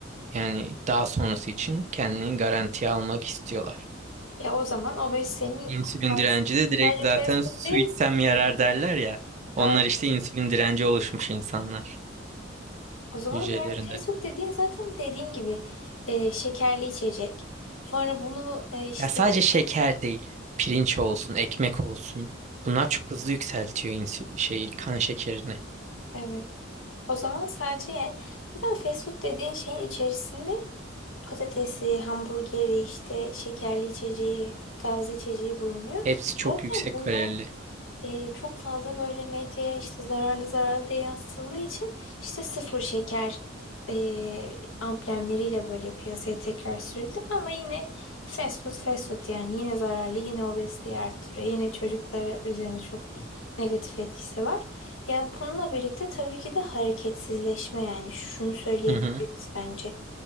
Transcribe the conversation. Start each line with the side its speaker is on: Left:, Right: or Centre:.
Right: yani daha sonrası için kendini garantiye almak istiyorlar.
Left: Ya o zaman obezitenin
Right: İnsülin
Left: aslında
Right: direnci de direkt
Left: sadece
Right: zaten
Left: fast food
Right: su
Left: değil.
Right: içsem yarar derler ya.
Left: Ay,
Right: Onlar işte insülin direnci oluşmuş insanlar
Left: o zaman
Right: hücrelerinde.
Left: yani fast food dediğin zaten dediğin gibi e, şekerli içecek. Sonra bunu e, işte
Right: Ya sadece şeker değil, pirinç olsun, ekmek olsun. Bunlar çok hızlı yükseltiyor insü şeyi, kan şekerini.
Left: Evet. O zaman sadece yani zaten fast food dediğin şeyin içerisinde patatesi, hamburgeri, işte şekerli içeceği, gazlı içeceği bulunuyor.
Right: Hepsi çok
Left: Zaten
Right: yüksek
Left: bunlar
Right: kalorili.
Left: e, çok fazla böyle medyaya işte zararlı zararlı diye yansıtıldığı için işte sıfır şeker e, amblemleriyle böyle piyasaya tekrar sürüldü ama yine fast food fast food yani yine zararlı yine obeziteyi arttırıyor yine çocuklara üzerine çok negatif etkisi var. Ya bununla birlikte tabii ki de hareketsizleşme yani şunu söyleyebiliriz
Right: Hı hı.
Left: bence.